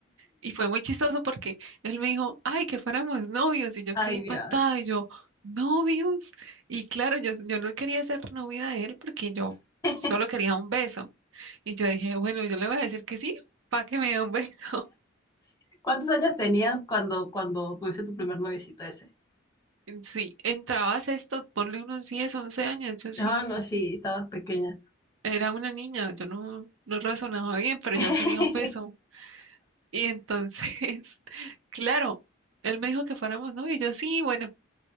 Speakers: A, on the right (about 70°); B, on the left (about 20°).
A: y fue muy chistoso porque él me dijo, ay, que fuéramos novios y yo
B: Ay,
A: quedé impactada
B: Dios.
A: y yo, novios. Y claro, yo, yo no quería ser novia de él porque yo
B: <laughs>
A: solo quería un beso. Y yo dije, bueno, yo le voy a decir que sí, para que me dé un beso. <laughs>
B: ¿Cuántos años tenías cuando, cuando tuviste tu primer noviecito ese?
A: Sí, entrabas esto, ponle unos 10 11 años, yo sí.
B: Ah, no, sí, estabas pequeña.
A: Era una niña, yo no, no razonaba bien, pero
B: <laughs>
A: yo quería un beso. Y entonces, <laughs> claro, él me dijo que fuéramos novios, y yo sí, bueno.